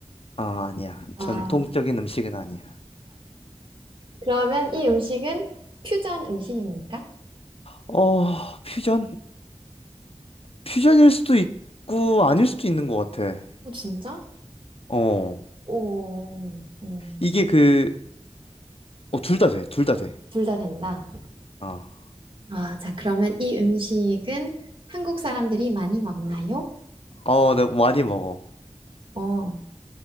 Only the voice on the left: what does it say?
아, 아니야.
전통적인 음식은 아니야.
어, 퓨전? 퓨전일 수도 있고, 아닐 수도 있는 것 같아.
어.
이게 그, 어, 둘 다 돼, 둘 다 돼.
어.
어, 내가 많이 먹어.